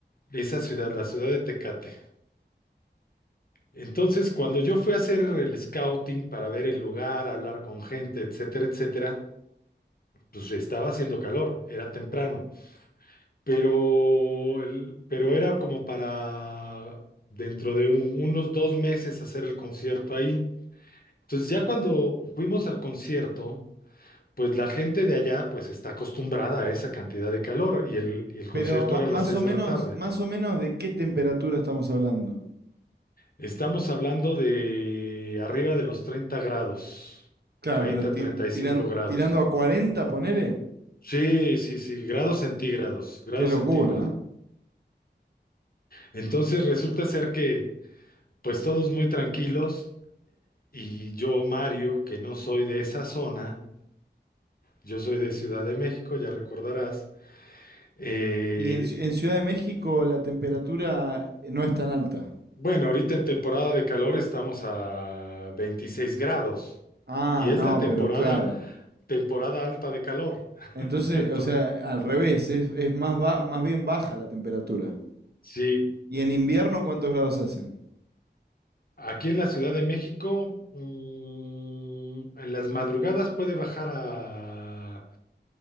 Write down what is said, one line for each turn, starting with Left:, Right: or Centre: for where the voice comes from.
Left: esa ciudad, la ciudad de Tecate. Entonces, cuando yo fui a hacer el scouting para ver el lugar, hablar con gente, etcétera, etcétera, pues estaba haciendo calor, era temprano, pero, el- pero era como para dentro de un- unos dos meses hacer el concierto ahí. Entonces, ya cuando fuimos al concierto, Pues la gente de allá pues está acostumbrada a esa cantidad de calor y el, y el concierto
Right: Pero ma-
Left: era a
Right: más
Left: las seis
Right: o
Left: de
Right: menos,
Left: la tarde.
Right: más o menos de qué temperatura estamos hablando.
Left: Estamos hablando de arriba de los 30 grados,
Right: Claro,
Left: treinta
Right: pero ti-
Left: treinta y
Right: tiran-
Left: cinco grados.
Right: tirando a 40, ponele.
Left: Sí, sí, sí, grados
Right: Uf,
Left: centígrados, grados
Right: qué locura.
Left: centígrados.
Right: ¿eh?
Left: Entonces resulta ser que pues todos muy tranquilos y yo, Mario, que no soy de esa zona, yo soy de Ciudad de México, ya recordarás, eh,
Right: Y en, Ci- en Ciudad de México la temperatura no es tan alta.
Left: Bueno, ahorita en temporada de calor estamos a 26 grados
Right: Ah,
Left: y es
Right: no,
Left: la temporada,
Right: pero claro.
Left: temporada alta de calor. <laughs>
Right: Entonces,
Left: Entonces,
Right: o sea, al revés, es, es más, ba- más bien baja la temperatura.
Left: sí,
Right: ¿Y en invierno cuántos grados hacen?
Left: aquí en la Ciudad de México, mm, en las madrugadas puede bajar a